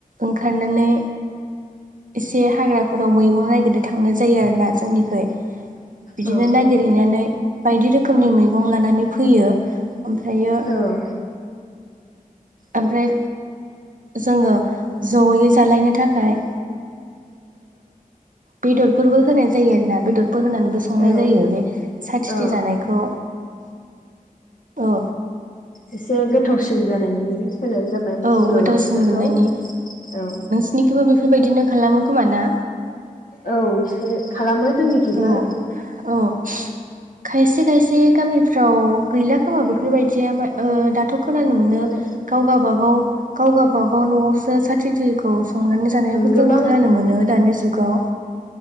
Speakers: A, on the right; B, on the left.
A: ओंखारनानै एसे हाग्राफोराव मैगं नागिरनो थांनाय जायो आरो ना जोंनि खै बिदिनो
B: औ
A: नागिरहैनानै बायदि रोखोमनि मैगं लानानै फैयो ओमफ्रायो
B: औ
A: ओमफ्राय जोङो जयै जालायनो थाखाय बेदरफोरबो होनाय जायो आरो ना बेदर बो होनानैबो संनाय
B: औ
A: जायो बे साथिथि
B: औ
A: जानायखौ ओ
B: एसे गोथावसिन जानायनि होनाय जाबाय
A: औ
B: बेदरफोरखौ
A: गोथावसिन मोननायनि
B: औ
A: <unintelligible> बेफोरबायदिनो खालामो खोमा ना?
B: औ इसे खालामो जोंनिखैबो
A: औ औ खायसे खायसे गामिफ्राव गैला खोमा बेफोरबायदिया ओ दाथ' खोनानो मोनो
B: अनेक
A: गावगाबागाव गावगाबाव न'आवसो साथि थिखौ संनानै जानायखौ
B: गोबां
A: जों खोनानो मोनो दानि जुगाव